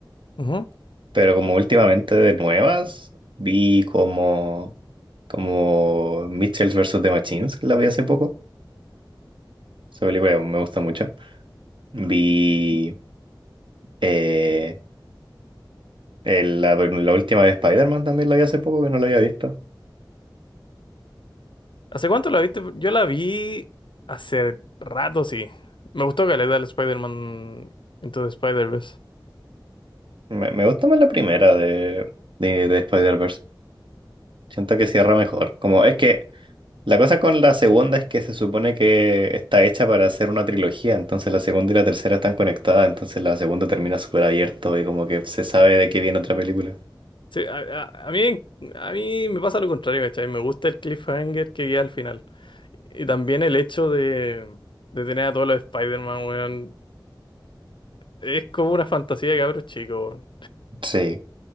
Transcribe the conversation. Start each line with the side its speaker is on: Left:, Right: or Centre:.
Left: Ujú.
Right: Pero como últimamente de nuevas, vi como, como Mitchell versus The Machines, que la vi hace poco. Esa película me gusta mucho. Vi eh, el- la, la última de Spider-Man también la vi hace poco, que no la había visto.
Left: ¿Hace cuánto la viste? Yo la vi hace rato, sí. Me gustó que le da el Spider-Man Into the Spider-Verse.
Right: Me, me gusta más la primera de, de, de Spider-Verse. Siento que cierra mejor. Como es que la cosa con la segunda es que se supone que está hecha para hacer una trilogía, entonces la segunda y la tercera están conectadas, entonces la segunda termina súper abierto y como que se sabe de qué viene otra película.
Left: Sí, a, a- a mí, a mí me pasa lo contrario, ¿cachai? Me gusta el cliffhanger que vi al final. Y también el hecho de, de tener a todos los Spider-Man, weón. Es como una fantasía de cabros chicos, weón.
Right: Sí,